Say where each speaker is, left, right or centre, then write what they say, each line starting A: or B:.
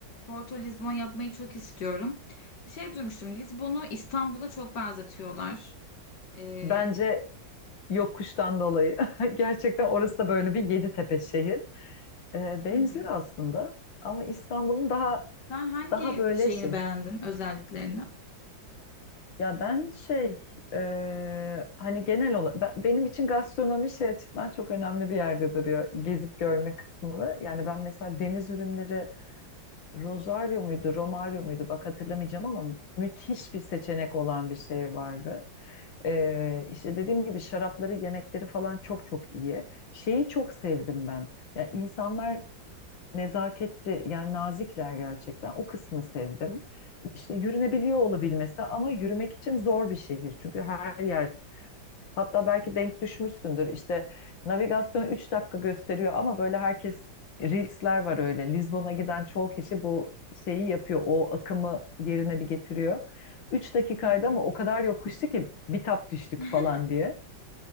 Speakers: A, on the left (about 60°); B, on the left (about 75°).
A: Porto Lizbon yapmayı çok istiyorum. Bir şey duymuştum. Lizbon'u İstanbul'a çok benzetiyorlar. Ee,
B: bence Yokuştan dolayı. <laughs> Gerçekten orası da böyle bir Yeditepe şehir. Ee, benziyor
A: hı hı.
B: aslında ama İstanbul'un daha
A: Sen hangi
B: daha böyle
A: şeyini
B: şey.
A: beğendin özelliklerini?
B: Ya ben şey e, hani genel olarak ben- benim için gastronomi şey açısından çok önemli bir yerde duruyor. Gezip görme kısmını. Yani ben mesela deniz ürünleri Rosario muydu, Romario muydu bak hatırlamayacağım ama müthiş bir seçenek olan bir şey vardı. Ee, işte dediğim gibi şarapları, yemekleri falan çok çok iyi. Şeyi çok sevdim ben. Yani insanlar nezaketli, yani nazikler gerçekten. O kısmı sevdim. İşte yürünebiliyor olabilmesi ama yürümek için zor bir şehir. Çünkü her yer Hatta belki denk düşmüşsündür. İşte navigasyon 3 dakika gösteriyor ama böyle herkes Reels'ler var öyle. Lizbon'a giden çoğu kişi bu şeyi yapıyor. O akımı yerine bir getiriyor. Üç dakikaydı
A: Hı hı.
B: ama o kadar yokuştu ki bitap düştük
A: <laughs>
B: falan diye.